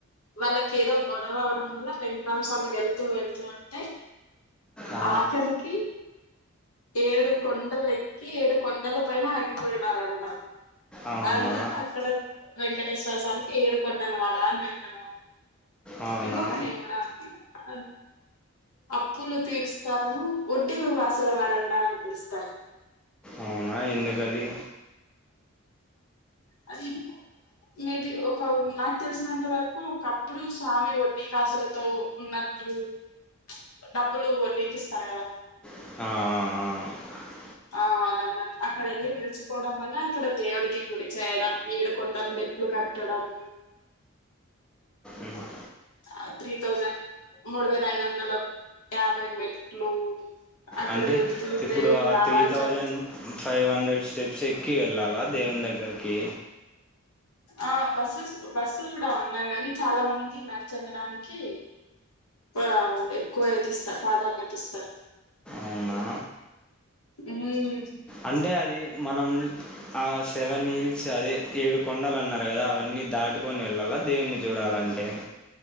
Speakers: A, on the left (about 85°); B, in the centre.
A: వాళ్ళకి ఏదో గొడవ అవడం వల్ల వెంకట్రామ స్వామి వెళ్తూ వెళ్తూ అంటే.
B: ఆ,
A: ఆఖరికి ఏడు కొండలు ఎక్కి ఏడు కొండల పైన ఆగిపోయినారంట
B: అవునా
A: అందుకాక్కడం వెంకటేశ్వర స్వామికి ఏడుకొండల వాడ అని పెట్టారు
B: అవునా
A: ఇం గొక నేమ్ కూడా అద్ అప్పులు తీరుస్తారను వొడ్డీలు వాసుల వాడంటా అని పిలుస్తారు
B: అవునా ఎందుకు అది
A: అది మేబి ఒక నాకు తెలిసినంత వరకు ఒకప్పుడు స్వామి వడ్డీ కాసులతో ఉన్నట్టు ప్చ్ డబ్బులు వడ్డీకిస్తారు కద.
B: ఆహాహా హ
A: ఆ అనన్నట్ అక్కడ వెళ్ళి నిలిచిపోవడం వల్ల అక్కడ దేవుడికి గుడి చేయడం ఏడు కొండలు మెట్లు కట్టడం.
B: ఉమ్.
A: ఆ త్రీ థౌజండ్ మూడు వేల ఐదు వందల యాభై మెట్లు అక్కడ
B: అంటే
A: వెళ్తూ
B: ఇప్పుడు
A: దేవుడి
B: ఆ
A: నామాలు
B: త్రీ థౌజండ్
A: చదువుతూ
B: ఫైవ్ హండ్రెడ్ స్టెప్స్ ఎక్కి వెళ్ళాలా దేవుని దగ్గరకి
A: ఆ బస్సెస్ బస్సులు కూడా ఉన్నా గాని చాలా మంది నడుచెళ్లడానికి వేవాం ఎక్కువ ఇది ఇస్తా ప్రాధాన్యత ఇస్తా
B: అవునా
A: హ్మ్మ్.
B: అంటే అది మనం ఆ సెవెన్ హిల్స్ అది ఏడు కొండలు అన్నారు కదా అవన్నీ దాటుకొని వెళ్ళాలా దేవున్ని చూడాలంటే